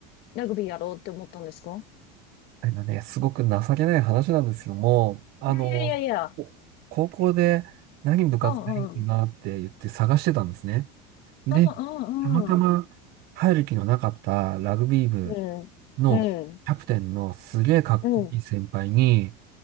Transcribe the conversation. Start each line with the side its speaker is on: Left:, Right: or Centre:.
Left: ラグビーやろうって思ったんですか
Right: あれだね、すごく情けない話なんですけども、あの、
Left: いやいやいやいや、
Right: お高校で何部活やろうかなって言って探してたんですね。
Left: うんうん。
Right: で、
Left: うんうんうん。
Right: たまたま入る気のなかったラグビー部
Left: うん。
Right: のキャプテンのすげえかっこいい先輩に、
Left: うん。うん。